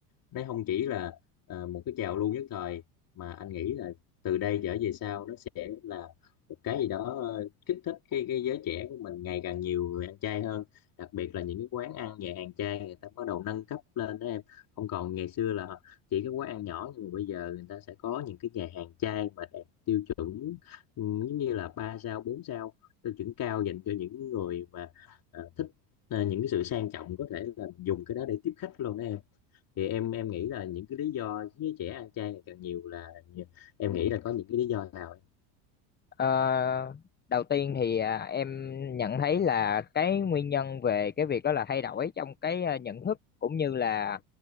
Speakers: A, on the left; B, on the left.
A: Nó không chỉ là ờ, một cái trào lưu nhất thời mà anh nghĩ là từ đây trở về sau nó sẽ là một cái gì đó ờ, kích thích cái cái giới trẻ của mình ngày càng nhiều người ăn chay hơn, đặc biệt là những cái quán ăn nhà hàng chay người ta bắt đầu nâng cấp lên đó em. Không còn ngày xưa là chỉ cái quán ăn nhỏ nhưng mà bây giờ người ta sẽ có những cái nhà hàng chay mà đạt tiêu chuẩn ừ, giống như là 3 sao, 4 sao tiêu chuẩn cao dành cho những người mà à, thích à, những cái sự sang trọng có thể là dùng cái đó để tiếp khách luôn đó em thì em em nghĩ là những cái lý do khiến trẻ ăn chay ngày càng nhiều là em nghĩ là có những cái lý do nào em
B: Ờ, đầu tiên thì à, em nhận thấy là cái nguyên nhân về cái việc đó là thay đổi trong cái à, nhận thức cũng như là